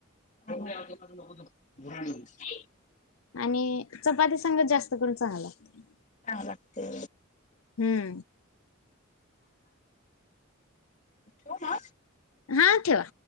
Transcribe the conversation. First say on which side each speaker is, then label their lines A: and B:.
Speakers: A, on the left; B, on the left.
A: चांग <inaudible>
B: आणि चपाती संग जास्त करून चांगली लागते.
A: चांगली लागते.
B: हम्म.
A: हो ना.
B: हा ठेवा.